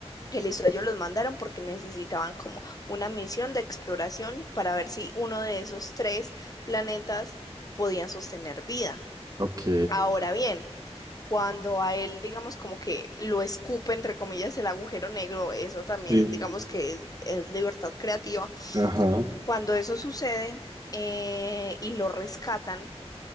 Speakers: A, on the left; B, on the right.
A: que listo, ellos los mandaron porque necesitaban como una misión de exploración para ver si uno de esos tres planetas podía sostener vida.
B: Ok.
A: Ahora bien, cuando a él, digamos, como que lo escupe, entre comillas, el agujero negro, eso también,
B: Sí.
A: digamos que es es libertad creativa.
B: Ajá.
A: Cuando eso sucede eh, y lo rescatan,